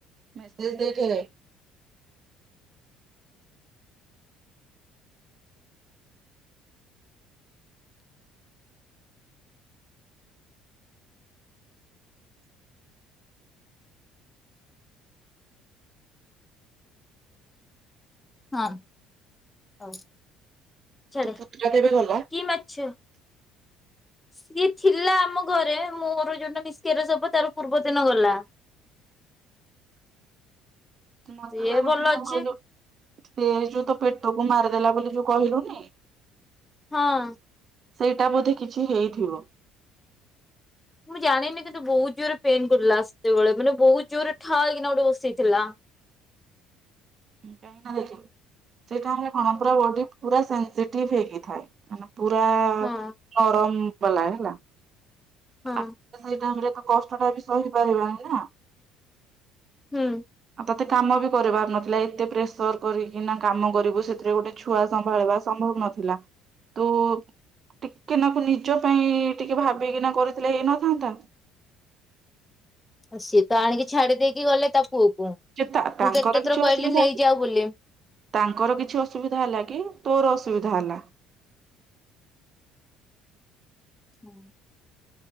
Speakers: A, on the right; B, on the left.
A: ମେସେଜ ଦେଖେ।
B: ହଁ ହଉ। ଛାଡେ
A: ତୁ ପୁତୁରା କେବେ ଗଲା।
B: କି ମାଛ।
A: <unintelligible>
B: ସିଏ ଥିଲା ଆମ ଘରେ ମୋର ଯୋଉଟା ମିସ୍କ୍ୟାରେଜ୍ ସବୁ ତାର ପୂର୍ବ ଦିନ ଗଲା।
A: ମତେ
B: ସିଏ
A: ଲାଗୁଛି
B: ଭଲ
A: କଣ
B: ଅଛି
A: କହିଲୁ ସେ ଯୋଉ ତୋ ପେଟକୁ ମାରିଦେଲା ବୋଲି ଯୋଉ କହିଲୁନି।
B: ହଁ।
A: ସେଇଟା ବୋଧେ କିଛି ହେଇଥିବ।
B: ମୁଁ ଜାଣିନି କିନ୍ତୁ ବହୁତ ଜୋରରେ ପେନ୍ କରିଲା ସେତେବେଳେ ମାନେ ବହୁତ ଜୋରରେ ଠାଏ କିନା ଗୋଟେ ବସେଇଥିଲା।
A: କାହିଁକି ନା ଦେଖ ସେଇଟାମରେ କଣ ପୁରା ବଡି ପୁରା ସେନସିଟିଭି ହେଇକି ଥାଏ। ମାନେ ପୁରା
B: ହଁ
A: ନରମ ବାଲା ହେଲା।
B: ହଁ
A: ଆ ସେଇ ଟାଇମ ରେ ତ କଷ୍ଟ ଟା ବି ସହିପାରିବେନି ନା?
B: ହୁଁ
A: ଆଉ ତତେ କାମ ବି କରିବାର ନଥିଲା ଏତେ ପ୍ରେସର କରିକିନା କାମ କରିବୁ ସେଥିରେ ଗୋଟେ ଛୁଆ ସମ୍ଭାଳିବା ସମ୍ଭବ ନଥିଲା? ଥିଲା ତୁ ଟିକେ ନାକୁ ନିଜ ପାଇଁ ଟିକେ ଭାବିକିନା କରି ଥିଲେ ହେଇ ନଥାନ୍ତା
B: ସିଏ ତ ଆଣିକି ଛାଡି ଦେଇକି ଗଲେ ତା ପୁଅ କୁ
A: ଯେ ତା ତାଙ୍କର
B: ମୁଁ କେତେଥର
A: କିଛି
B: କହିଲି
A: ଅସୁବିଧା
B: ନେଇଯାାଉ ବୋଲି
A: ତାଙ୍କର କିଛି ଅସୁବିଧା ହେଲା କି ତୋର ଅସୁବିଧା ହେଲା
B: <unintelligible> ହ